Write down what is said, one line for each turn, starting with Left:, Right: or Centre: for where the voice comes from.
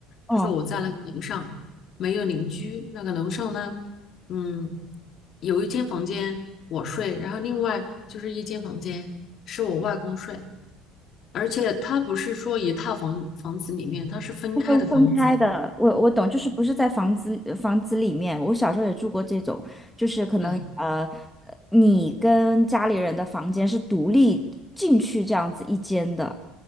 Centre: 嗯
Left: 就是我在那个楼上没有邻居，那个楼上呢，嗯，有一间房间我睡，然后另外就是一间房间是我外公睡，而且他不是说一套房房子里面，他是分开的房子。
Centre: 但是分开的，我我懂，就是不是在房子房子里面。
Left: 对。
Centre: 我小时候也住过这种，就是可能呃，
Left: 对
Centre: 你跟家里人的房间是独立进去这样子一间的，